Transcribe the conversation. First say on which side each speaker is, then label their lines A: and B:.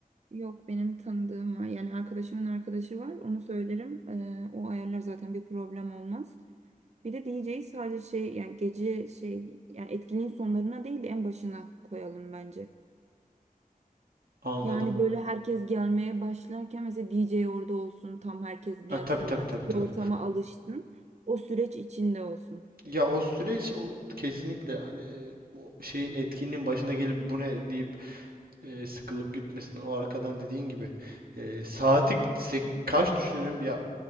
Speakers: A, on the right; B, on the right.
A: Yok benim tanıdığım var. Yani arkadaşımın arkadaşı var. Onu söylerim. Ee, o ayarlar zaten bir problem olmaz. Bir de DJ'yi sadece şey yani gece şey yani etkinliğin sonlarına değil de en başına koyalım bence.
B: Anladım.
A: Yani böyle herkes gelmeye başlarken mesela DJ orada olsun. Tam herkes gelsin
B: E, tabii tabii
A: artık.
B: tabii tabii.
A: Bir ortama alıştın. O süreç içinde olsun.
B: Ya o süreç o kesinlikle hani o şeyin etkinliğin başında gelip bu ne deyip e, sıkılıp gitmesin. O arkadan dediğin gibi e, saati sek- kaç düşünelim? Ya